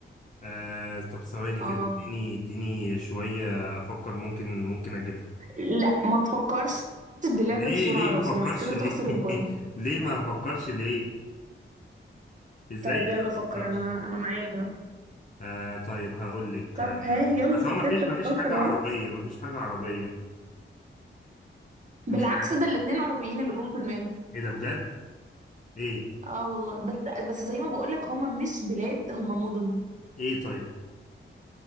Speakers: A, on the left (about 40°); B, on the right (about 35°).
A: آه طب ثواني
B: اه
A: كده اديني اديني شوية افكر ممكن ممكن اجيبها
B: لا ما تفكرش تدي
A: ليه
B: بسرعة
A: ليه ما
B: لو
A: فكرش
B: سمحت كده
A: ليه
B: هتخسر
A: <laughs>
B: البوينت
A: ليه ما فكرش ليه ازاي
B: طيب
A: انا
B: يلا
A: ما
B: فكر
A: فكرش
B: انا انا معاك اهو
A: آه طيب هقول لك
B: طب
A: آه،
B: ها يلا
A: بس هو ما
B: تفتك
A: فيش ما فيش
B: تفكر
A: حاجة عربية
B: اهو
A: ما فيش حاجة عربية
B: بالعكس
A: مش عارف
B: ده الاتنين عربيين اللي جم في دماغي
A: ايه ده بجد ايه
B: اه والله بس بس زي ما بقولك هما مش بلاد هما مدن
A: ايه طيب